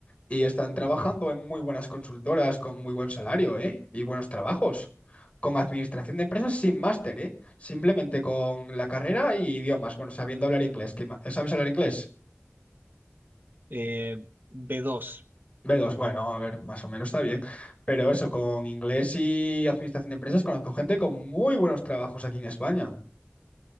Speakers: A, on the left; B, on the right.
A: y están trabajando en muy buenas consultoras con muy buen salario, ¿eh? Y buenos trabajos. Con administración de empresas sin máster, ¿eh? Simplemente con la carrera y idiomas. Bueno, sabiendo hablar inglés. que ma- ¿Sabes hablar inglés?
B: eh, b dos
A: b dos bueno, a ver, más o menos está bien. Pero eso, con inglés y administración de empresas, conozco gente con muy buenos trabajos aquí en España.